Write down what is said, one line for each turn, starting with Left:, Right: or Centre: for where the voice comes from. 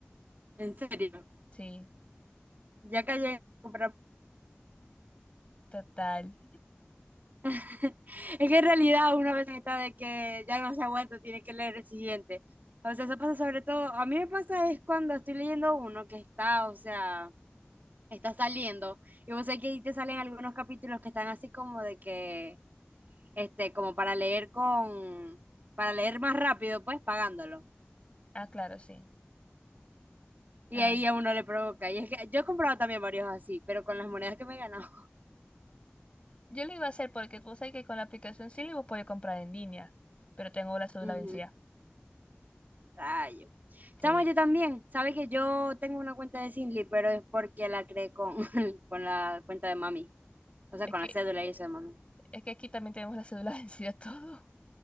Right: en serio,
Left: Sí.
Right: ya que llegué a comprar-
Left: Total. <laughs>
Right: <laughs> Es que en realidad una vez está de que ya no se aguanta, tiene que leer el siguiente. O sea, eso pasa sobre todo, a mí me pasa es cuando estoy leyendo uno que está, o sea... está saliendo. Y vos sabés que ahí te salen algunos capítulos que están así como de que, este, como para leer con, para leer más rápido, pues pagándolo.
Left: Ah, claro, sí.
Right: Y
Left: Ay.
Right: ahí a uno le provoca. Y es que yo he comprado también varios así, pero con las monedas que me he ganado.
Left: Yo lo iba a hacer porque tú sabes que con la aplicación Silly vos podés comprar en línea, pero tengo
Right: <laughs>
Left: la cédula
Right: Ujú,
Left: vencida.
Right: Rayo.
Left: Sí.
Right: Chama, yo también. Sabe que yo tengo una cuenta de Sinly pero es porque la creé con, <laughs> con la cuenta de mami. O sea,
Left: Es
Right: con
Left: que,
Right: la cédula y eso de mami.
Left: es que aquí también tenemos la cédula <laughs> vencida todo.